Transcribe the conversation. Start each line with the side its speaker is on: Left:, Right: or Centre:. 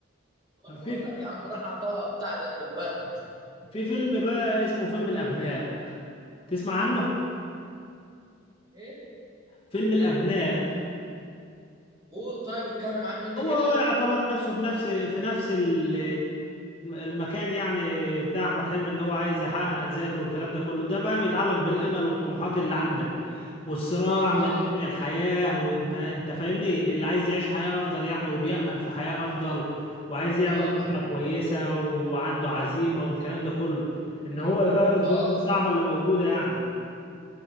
Right: انا بقول
Left: في
Right: لك يا عم راح عطاه بتاع ده أب-
Left: في فيلم بقى اسمه فيلم الأبناء تسمع عنه
Right: ايه
Left: فيلم الأبناء
Right: قول طيب اتكلم عنه انت
Left: هو
Right: كده
Left: هو يعتبر نفسه في نفس في نفس ال- المكان يعني بتاع أحمد حلمي اللي هو عايز يحقق ذاته والكلام ده كله ده بقى بيتعلق بالأمل والطموحات اللي عندك والصراع
Right: اه
Left: من أجل الحياة وأنت أنت فاهمني اللي عايز يعيش حياة أفضل يعني وبيأمل في حياة أفضل وعايز يعمل
Right: اه
Left: أسرة كويسة وعنده عزيمة والكلام ده كله إن هو يغير الظروف
Right: اه
Left: الصعبة اللي موجودة يعني